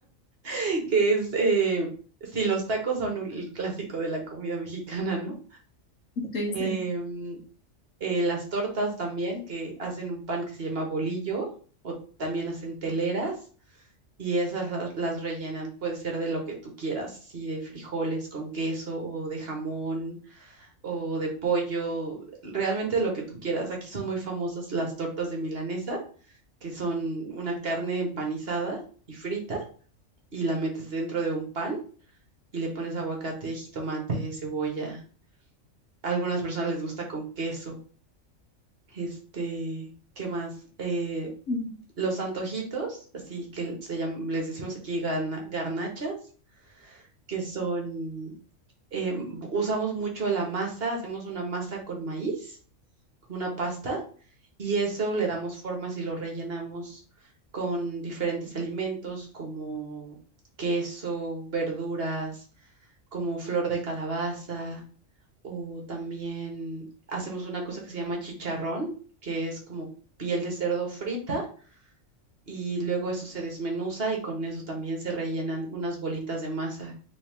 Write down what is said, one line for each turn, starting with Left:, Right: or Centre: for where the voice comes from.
Right: <laughs> que es eh, si los tacos son un- el clásico de la comida mexicana, ¿no?
Left: Sí,
Right: Em,
Left: sí.
Right: eh, las tortas también, que hacen un pan que se llama bolillo, o también hacen teleras, y esas las las rellenan, puede ser de lo que tú quieras, sí, de frijoles con queso, o de jamón, o de pollo, realmente de lo que tú quieras. Aquí son muy famosas las tortas de milanesa, que son una carne empanizada y frita, y la metes dentro de un pan y le pones aguacate, jitomate, cebolla. A algunas personas les gusta con queso. Este, ¿qué más? Eh,
Left: Mm.
Right: los antojitos, así que se llaman, les decimos aquí garna- garnachas, que son, eh, usamos mucho la masa, hacemos una masa con maíz, como una pasta, y eso le damos formas y lo rellenamos con diferentes alimentos como queso, verduras, como flor de calabaza, o también hacemos una cosa que se llama chicharrón, que es como piel de cerdo frita y luego eso se desmenuza y con eso también se rellenan unas bolitas de masa